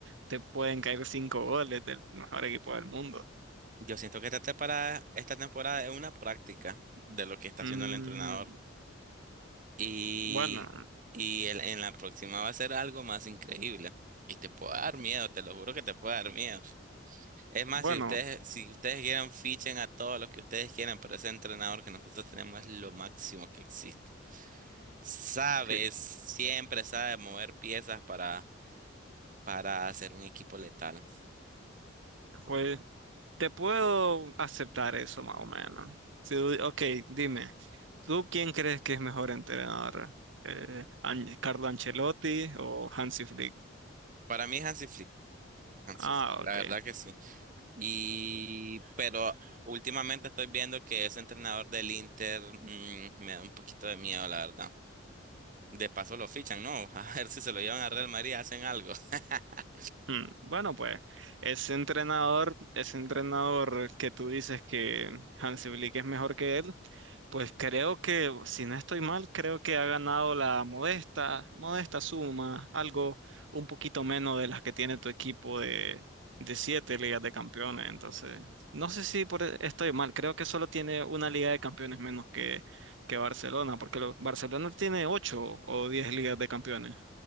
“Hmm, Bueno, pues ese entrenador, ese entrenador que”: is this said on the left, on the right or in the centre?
Right